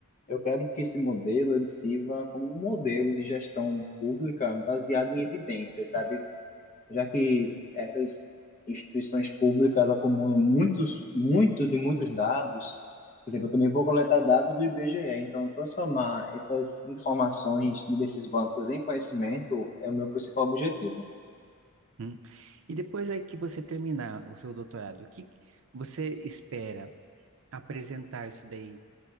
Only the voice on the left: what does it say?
Eu quero que esse modelo ele sirva como um modelo de gestão pública baseado em evidências, sabe? Já que essas instituições públicas acumulam muitos, muitos e muitos dados. Por exemplo, eu também vou coletar dados do IBGE, então transformar essas informações desses bancos em conhecimento é o meu principal objetivo.